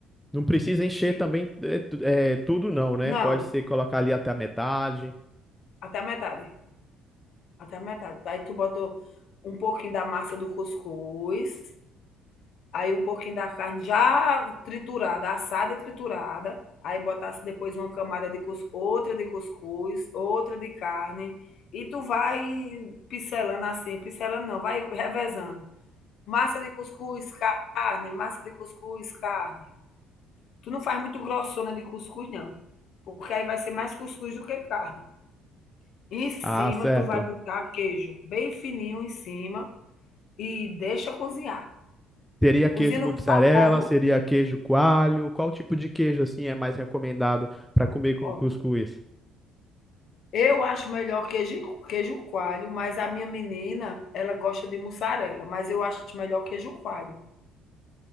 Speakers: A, in the centre; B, on the left.
A: Não precisa encher
B: Sim.
A: também é, tu- é, tudo não, né?
B: Não,
A: Pode ser colocar ali até a metade.
B: até a metade. Até a metade. Aí tu botou um pouquinho da massa do cuscuz, aí um pouquinho da carne já triturada, assada e triturada. Aí botasse depois uma camada de cuscuz, outra de cuscuz, outra de carne. E tu vai pincelando assim, pincelando não, vai revezando. Massa de cuscuz, carne, massa de cuscuz, carne. Tu não faz muito grossona de cuscuz, não. Porque aí vai ser mais cuscuz do que carne. Em cima,
A: Ah, certo.
B: tu vai botar queijo bem fininho em cima. E deixa cozinhar.
A: Seria
B: Cozinha
A: queijo
B: no
A: mussarela,
B: vapor, viu?
A: seria queijo coalho. Qual tipo de queijo assim é mais recomendado para comer com
B: Ó,
A: cuscuz?
B: eu acho melhor queijo, queijo coalho, mas a minha menina, ela gosta de mussarela, mas eu acho melhor queijo coalho.